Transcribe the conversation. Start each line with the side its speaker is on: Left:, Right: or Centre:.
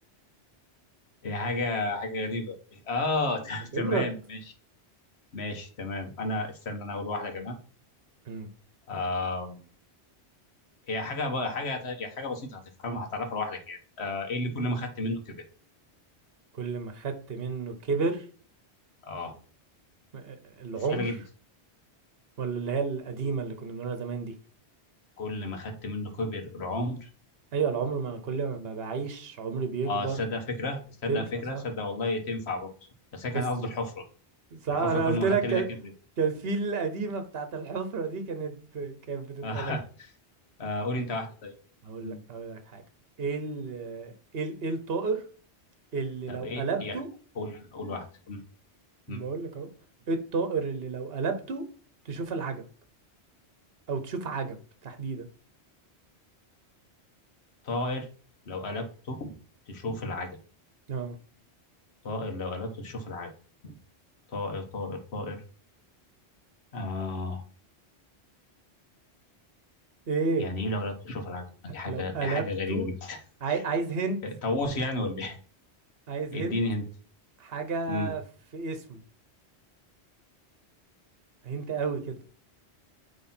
Left: هي حاجة حاجة غريبة آه
Right: مش
Left: <laughs> ت-
Right: هتبرد
Left: تمام ماشي ماشي تمام أنا استنى أنا أقول واحدة كمان
Right: مم.
Left: آه هي حاجة ب- حاجة هي حاجة بسيطة هتفهمها هتعرفها لوحدك يعني آه إيه اللي كل ما خدت منه كبر
Right: كل ما خدت منه كبر
Left: آه
Right: آه، العمر
Left: دي سهلة جدا
Right: ولا اللي هي القديمة اللي كنا بنقولها زمان دي
Left: كل ما خدت منه كبر العمر
Right: أيوة العمر ما أنا كل ما ب- بعيش عمري بيكبر
Left: اه تصدق فكره تصدق
Right: تنفع
Left: فكره
Right: صح؟
Left: تصدق والله تنفع برضه بس انا
Right: بس
Left: كان قصدي الحفره
Right: صح
Left: الحفره
Right: أنا
Left: كل
Right: قلت
Left: ما
Right: لك
Left: خدت منها
Right: كان
Left: كبرت
Right: كان في القديمة بتاعت الحفرة دي كانت كانت بتتقالك
Left: <laughs> آه. آه. قولي انت واحده طيب
Right: أقول
Left: مم.
Right: لك أقول لك حاجة إيه ال إيه ال- إيه الطائر اللي
Left: طب
Right: لو
Left: ايه
Right: قلبته
Left: يعني قول قول واحده مم. مم.
Right: بقول لك أهو إيه الطائر اللي لو قلبته تشوف العجب أو تشوف عجب تحديدا
Left: طائر لو قلبته تشوف العجب
Right: اه
Left: طائر لو قلبته تشوف العجب طائر طائر طائر آه
Right: إيه
Left: يعني ايه لو قلبته تشوف العجب دي حاجه
Right: لو قلبته
Left: دي حاجه غريبه جدا
Right: عاي... عايز هنت
Left: <laughs> طاووس يعني ولا ايه
Right: عايز
Left: اديني
Right: هنت
Left: هنت
Right: حاجة
Left: مم.
Right: في اسمه هنت قوي كده